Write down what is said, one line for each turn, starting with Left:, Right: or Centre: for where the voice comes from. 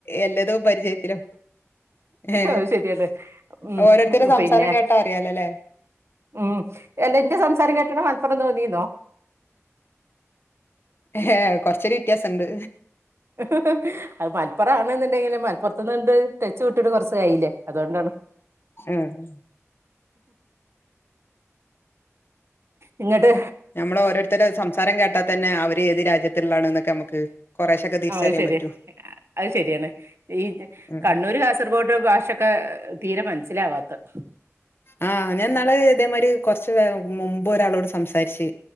Left: എല്ലതോ പരിചയത്തിലും ഏഹ്
Right: അത് ശരിയാണ് ഉം
Left: ഓരോരുത്തരുടെ സംസാരം
Right: പിന്നെ
Left: കേട്ടാ അറിയാലോല്ലേ
Right: ഉം അല്ല എന്റെ സംസാരം കേട്ടണ മലപ്പുറം തോന്നിന്നോ
Left: ഏഹ് കൊറച്ചൊരു വ്യത്യാസംണ്ട്
Right: <unintelligible> അത് മലപ്പുറത്തു ആണ് എന്നുണ്ടെങ്കില് മലപ്പുറത്തിന്നിണ്ട് ടെച്ച് വിട്ടിട്ട് കുറച്ച് ആയില്ലേ അതുകൊണ്ടാണ്
Left: ആഹ്
Right: ഇങ്ങട്ട്
Left: നമ്മളെ ഓരോരുത്തരെ സംസാരം കേട്ടാൽ തന്നെ അവര് ഏത് രാജ്യത്തിലുള്ളാണ് എന്നൊക്കെ നമുക്ക് കൊറേശൊക്കെ തിരിച്ചറിയാൻ
Right: ആ അയ് ശരി
Left: പറ്റും.
Right: അത് ശരിയാണ് ഈ
Left: ഉം
Right: കണ്ണൂര് കാസർഗോഡ് ഭാഷക്കെ തീരെ മനസ്സിലാവാത്തത്
Left: ആ ഞാൻ ഇന്നാളു ഇതേമാതിരി കുറച്ച് മുമ്പ് ഒരാളോട് സംസാരിച്ച്